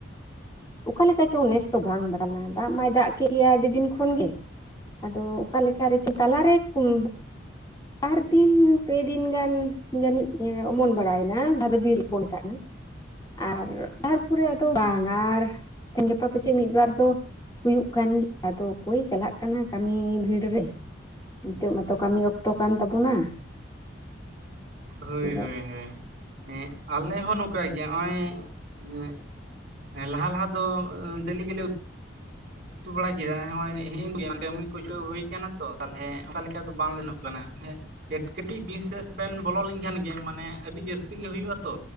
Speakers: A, on the left; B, on the right.
A: ᱚᱠᱟ ᱞᱮᱠᱟ ᱪᱚᱝ ᱱᱮᱥ ᱛᱚ ᱵᱟᱝ ᱵᱟᱱᱟ ᱾ ᱫᱟᱜ ᱢᱟᱭ ᱫᱟᱜ ᱠᱮᱫ ᱜᱮᱭᱟ ᱟᱹᱰᱤ ᱫᱤᱱ ᱠᱷᱚᱱ ᱜᱮ᱾ ᱟᱫᱚ ᱚᱠᱟ ᱞᱮᱠᱟ ᱨᱮᱪᱚ ᱛᱟᱞᱟᱨᱮ ᱩᱸ ᱵᱟᱨ ᱫᱤᱱ ᱯᱮ ᱫᱤᱱ ᱜᱟᱱ ᱡᱟᱹᱱᱤᱡ ᱚᱢᱚᱱ ᱵᱟᱲᱟᱭᱮᱱᱟ <unintelligible> ᱟᱨ ᱛᱟᱨᱯᱚᱨᱮ ᱟᱫᱚ ᱵᱟᱝ ᱾ ᱟᱨ ᱛᱮᱦᱮᱸᱧ ᱜᱟᱯᱟ ᱯᱟᱪᱮᱫ ᱢᱤᱫᱵᱟᱨ ᱫᱚ ᱦᱩᱭᱩᱜ ᱠᱟᱱ ᱜᱮᱭᱟ ᱟᱫᱚ ᱚᱠᱚᱭ ᱮ ᱪᱟᱞᱟᱜ ᱠᱟᱱᱟ ᱠᱟᱹᱢᱤ ᱵᱷᱤᱲ ᱨᱮ ᱾ <inaudible> ᱱᱤᱛᱚᱜ ᱢᱟᱛᱚ ᱠᱟᱹᱢᱤ ᱚᱠ ᱛᱚ ᱠᱟᱱ ᱛᱟᱵᱚᱱᱟ᱾
B: ᱦᱟᱹᱭ
A: ᱟᱫᱚ
B: ᱦᱟᱹᱭ ᱦᱟᱹᱭ ᱾ <inaudible> ᱮᱸ ᱟᱞᱮ ᱦᱚᱸ ᱱᱚᱝᱠᱟ ᱜᱮᱭᱟ ᱱᱚᱜ-ᱚᱭ ᱮᱸ ᱦᱮᱸ ᱞᱟᱦᱟ ᱞᱟᱦᱟ ᱫᱚ ᱰᱮᱞᱤ ᱜᱮᱞᱮ ᱩ ᱛᱩ ᱵᱟᱲᱟ ᱠᱮᱫᱟ ᱦᱚᱜᱼᱚᱭ ᱮ ᱠᱟᱹᱢᱤ ᱠᱚᱪᱚ ᱦᱩᱭ ᱠᱟᱱᱟ ᱛᱚ ᱛᱟᱦᱚᱞᱮ ᱚᱱᱠᱟ ᱞᱮᱠᱟ ᱫᱚ ᱵᱟᱝ ᱞᱮᱱᱚᱜ ᱠᱟᱱᱟ ᱦᱮᱸ ᱾ ᱠᱟᱹᱴ ᱠᱟᱹᱴᱤᱡ ᱵᱤᱨ ᱥᱮᱫ ᱵᱮᱱ ᱵᱚᱞᱚ ᱞᱮᱱᱠᱷᱟᱱ ᱜᱮ ᱢᱟᱱᱮ ᱟᱹᱰᱤ ᱡᱟᱹᱥᱛᱤ ᱜᱮ ᱦᱩᱭᱩᱜ-ᱟ ᱛᱚ᱾